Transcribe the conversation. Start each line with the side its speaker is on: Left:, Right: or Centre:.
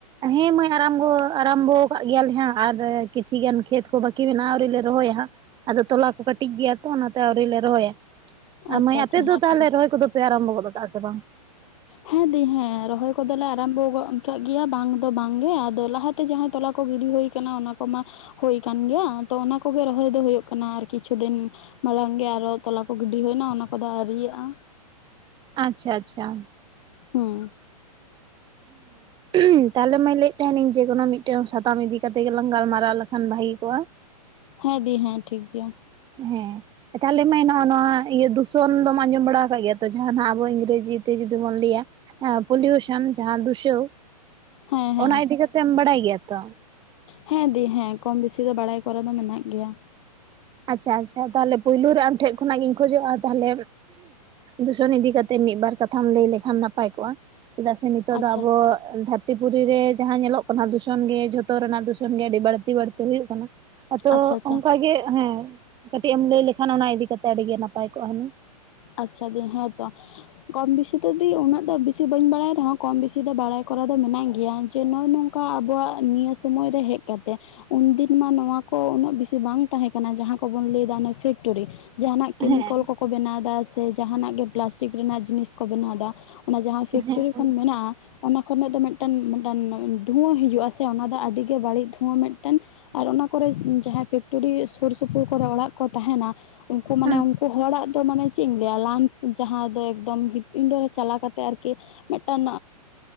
Right: ᱦᱮᱸ ᱢᱟᱹᱭ ᱟᱨᱟᱢᱵᱚ ᱟᱨᱟᱢᱵᱚ ᱟᱠᱟᱫ ᱜᱮᱭᱟᱞᱮ ᱦᱟᱸᱜ ᱟᱨ ᱠᱤᱪᱷᱤ ᱜᱟᱱ ᱠᱷᱮᱛ ᱠᱚ ᱵᱟᱹᱠᱤ ᱢᱮᱱᱟᱜᱼᱟ ᱟᱹᱣᱨᱤ ᱞᱮ ᱨᱚᱦᱚᱭᱟ ᱦᱟᱸᱜ ᱟᱫᱚ ᱛᱚᱞᱟ ᱠᱚ ᱠᱟᱹᱴᱤᱡ ᱜᱮᱭᱟ ᱛᱚ ᱚᱱᱟᱛᱮ ᱟᱹᱣᱨᱤ ᱞᱮ ᱨᱚᱦᱚᱭᱟ
Left: ᱟᱪᱪᱷᱟ
Right: ᱢᱟᱹᱭ ᱟᱯᱮ
Left: ᱟᱪᱪᱷᱟ
Right: ᱫᱚ
Left: ᱦᱮᱸ
Right: ᱛᱟᱦᱚᱞᱮ
Left: ᱛᱚᱵᱮ
Right: ᱨᱚᱦᱚᱭ ᱠᱚᱫᱚ ᱯᱮ ᱟᱨᱟᱢᱵᱚ ᱟᱠᱟᱫᱟ ᱥᱮ ᱵᱟᱝ
Left: ᱦᱮᱸ ᱫᱤ ᱦᱮᱸ ᱨᱚᱦᱚᱭ ᱠᱚᱞᱮ ᱟᱨᱟᱢᱵᱚ ᱜᱚᱫ ᱠᱟᱜ ᱜᱮᱭᱟ ᱵᱟᱝ ᱫᱚ ᱵᱟᱝᱜᱮ ᱟᱫᱚ ᱞᱟᱦᱟᱛᱮ ᱡᱟᱦᱟᱸᱭ ᱛᱚᱞᱟ ᱠᱚ ᱜᱤᱰᱤ ᱦᱳᱭ ᱟᱠᱟᱱᱟ ᱚᱱᱟ ᱠᱚᱢᱟ ᱦᱩᱭ ᱟᱠᱟᱱ ᱜᱮᱭᱟ ᱛᱚ ᱚᱱᱟᱠᱜᱮ ᱨᱚᱦᱚᱭ ᱫᱚ ᱦᱩᱭᱩᱜ ᱠᱟᱱᱟ ᱟᱨ ᱠᱤᱪᱷᱩ ᱫᱤᱱ ᱢᱟᱲᱟᱝ ᱜᱮ ᱟᱨᱚ ᱛᱚᱞᱟ ᱠᱚ ᱜᱤᱰᱤ ᱦᱩᱭᱱᱟ ᱚᱱᱟ ᱠᱚᱫᱚ ᱟᱹᱣᱨᱤᱭᱟᱜᱼᱟ
Right: ᱟᱪᱪᱷᱟ ᱟᱪᱪᱷᱟ
Left: ᱦᱩᱸᱻ
Right: ᱦᱮᱸ ᱛᱟᱦᱞᱮ ᱢᱟᱹᱭ ᱞᱟᱹᱭᱮᱫ ᱛᱟᱦᱮᱱᱤᱧ ᱡᱮᱠᱳᱱᱳ ᱢᱤᱫᱴᱮᱱ ᱥᱟᱛᱟᱢ ᱤᱫᱤ ᱠᱟᱛᱮ ᱜᱮᱞᱟᱝ ᱜᱟᱞᱢᱟᱨᱟᱣ ᱞᱮᱠᱷᱟᱱ ᱵᱷᱟᱹᱜᱤ ᱠᱚᱜᱼᱟ
Left: ᱦᱮᱸ ᱫᱤ ᱦᱮᱸ ᱴᱷᱤᱠ ᱜᱮᱭᱟ
Right: ᱦᱮᱸ ᱛᱟᱦᱚᱞᱮ ᱢᱟᱹᱭ ᱱᱚᱣᱟ ᱱᱚᱣᱟ ᱤᱭᱟᱹ ᱫᱩᱥᱚᱱ ᱫᱚᱢ ᱟᱸᱡᱚᱢ ᱵᱟᱲᱟ ᱟᱠᱟᱜ ᱜᱮᱭᱟ ᱛᱚ ᱡᱟᱦᱟᱸ ᱱᱟᱦᱟᱸᱜ ᱟᱵᱚ ᱤᱝᱨᱮᱡᱤ ᱛᱮ ᱡᱩᱫᱤ ᱵᱚᱱ ᱞᱟᱹᱭᱟ ᱯᱚᱞᱤᱭᱩᱥᱚᱱ ᱡᱟᱦᱟᱸ ᱫᱩᱥᱟᱹᱣ
Left: ᱦᱮᱸ ᱦᱮᱸ
Right: ᱚᱱᱟ ᱤᱫᱤ ᱠᱟᱛᱮᱢ ᱵᱟᱲᱟᱭ ᱜᱮᱭᱟ ᱛᱚ
Left: ᱦᱮᱸ ᱫᱤ ᱦᱮᱸ ᱠᱚᱢ ᱵᱮᱥᱤ ᱫᱚ ᱵᱟᱲᱟᱭ ᱠᱚᱨᱮ ᱫᱚ ᱢᱮᱱᱟᱜ ᱜᱮᱭᱟ
Right: ᱟᱪᱪᱷᱟ ᱟᱪᱪᱷᱟ ᱛᱟᱦᱞᱮ ᱯᱳᱭᱞᱳ ᱨᱮ ᱟᱢ ᱴᱷᱮᱡ ᱠᱷᱚᱱᱟᱜ ᱜᱤᱧ ᱠᱷᱚᱡᱚᱜᱼᱟ ᱛᱟᱦᱞᱮ ᱫᱩᱥᱚᱱ ᱤᱫᱤ ᱠᱟᱛᱮᱫ ᱢᱤᱫᱵᱟᱨ ᱠᱟᱛᱷᱟᱢ ᱞᱟᱹᱭ ᱞᱮᱠᱷᱟᱱ ᱱᱟᱯᱟᱭ ᱠᱚᱜᱼᱟ ᱪᱮᱫᱟᱜ ᱥᱮ ᱱᱤᱛᱚᱜ
Left: ᱟᱪᱪᱷᱟ
Right: ᱫᱚ ᱟᱵᱚ ᱫᱷᱟᱹᱨᱛᱤ ᱯᱩᱨᱤ ᱨᱮ ᱡᱟᱦᱟᱸ ᱧᱮᱞᱚᱜ ᱠᱟᱱᱟ ᱫᱷᱩᱥᱚᱱ ᱜᱮ ᱡᱷᱚᱛᱚ ᱨᱮᱱᱟᱜ ᱫᱷᱩᱥᱚᱱ ᱜᱮ ᱟᱹᱰᱤ ᱵᱟᱹᱲᱛᱤ ᱵᱟᱹᱲᱛᱤ ᱦᱩᱭᱩᱜ ᱠᱟᱱᱟ ᱟᱫᱚ
Left: ᱟᱪᱪᱷᱟ ᱟᱪᱪᱷᱟ
Right: ᱚᱱᱠᱟ ᱜᱮ ᱦᱮᱸ ᱠᱟᱹᱴᱤᱡ ᱮᱢ ᱞᱟᱹᱭ ᱞᱮᱠᱷᱟᱱ ᱚᱱᱟ ᱤᱫᱤ ᱠᱟᱛᱮᱜ ᱟᱹᱰᱤ ᱜᱮ ᱱᱟᱯᱟᱭ ᱠᱚᱜᱼᱟ ᱦᱩᱱᱟᱹᱝ
Left: ᱟᱪᱪᱷᱟ ᱫᱤ ᱦᱮᱸ ᱛᱚ ᱠᱚᱢ ᱵᱮᱥᱤ ᱫᱚ ᱫᱤ ᱩᱱᱟᱹᱜ ᱫᱚ ᱵᱮᱥᱤ ᱵᱟᱹᱧ ᱵᱟᱲᱟᱭᱟ ᱠᱚᱢ ᱵᱮᱥᱤ ᱫᱚ ᱵᱟᱲᱟᱭ ᱠᱚᱨᱟᱣ ᱫᱚ ᱢᱮᱱᱟᱜ ᱜᱮᱭᱟ ᱡᱮ ᱱᱚᱜ ᱱᱚᱝᱠᱟ ᱚᱱᱠᱟ ᱟᱵᱚᱣᱟᱜ ᱱᱤᱭᱟᱹ ᱥᱳᱢᱳᱭ ᱨᱮ ᱦᱮᱡ ᱠᱟᱛᱮ ᱩᱱ ᱫᱤᱱ ᱢᱟ ᱱᱚᱣᱟ ᱠᱚ ᱩᱱᱟᱹᱜ ᱵᱮᱥᱤ ᱵᱟᱝ ᱛᱟᱦᱮᱸ ᱠᱟᱱᱟ ᱡᱟᱦᱟᱸ ᱠᱚᱵᱚᱱ ᱞᱟᱹᱭᱫᱟ ᱚᱱᱟ ᱯᱷᱮᱠᱴᱚᱨᱤ ᱡᱟᱸᱦᱟᱱᱟᱜ ᱠᱮᱢᱤᱠᱮᱞ
Right: ᱦᱮᱸ
Left: ᱠᱚᱠᱚ ᱵᱮᱱᱟᱣᱫᱟ ᱥᱮ ᱡᱟᱦᱟᱸᱱᱟᱜ ᱜᱮ ᱯᱞᱟᱥᱴᱤᱠ ᱨᱮᱱᱟᱜ ᱡᱤᱱᱤᱥ ᱠᱚ ᱵᱮᱱᱟᱣᱟ ᱚᱱᱟ ᱡᱟᱦᱟᱸ ᱯᱷᱮᱠᱴᱨᱤ
Right: ᱦᱮᱸ
Left: ᱠᱷᱚᱱ ᱢᱮᱱᱟᱜᱼᱟ ᱚᱱᱟ ᱠᱷᱚᱱᱟᱜ ᱫᱚ ᱢᱤᱫᱴᱟᱝ ᱢᱤᱫᱴᱮᱱ ᱫᱷᱩᱣᱟᱹ ᱦᱤᱡᱩᱜᱼᱟ ᱥᱮ ᱚᱱᱟ ᱫᱚ ᱟᱹᱰᱤ ᱜᱮ ᱵᱟᱹᱲᱤᱡ ᱫᱷᱩᱣᱟᱹ ᱢᱤᱫᱴᱮᱱ ᱟᱨ ᱚᱱᱟ ᱠᱚᱨᱮ ᱡᱟᱦᱟᱸᱭ ᱯᱷᱮᱠᱴᱚᱨᱤ ᱥᱩᱨ ᱥᱩᱯᱩᱨ ᱠᱚᱨᱮ ᱚᱲᱟᱜ ᱠᱚ ᱛᱟᱦᱮᱱᱟ ᱩᱱᱠᱩ ᱢᱟᱱᱮ
Right: ᱦᱮᱸ
Left: ᱩᱱᱠᱩ ᱦᱚᱲᱟᱜ ᱫᱚ ᱢᱟᱱᱮ ᱪᱮᱫ ᱤᱧ ᱞᱟᱹᱭᱟ ᱞᱟᱱᱪ ᱡᱟᱦᱟᱸ ᱫᱚ ᱮᱠᱫᱚᱢ ᱤᱱᱰᱳ ᱨᱮ ᱪᱟᱞᱟᱣ ᱠᱟᱛᱮ ᱟᱨᱠᱤ ᱠᱤ ᱢᱤᱫᱴᱟᱝ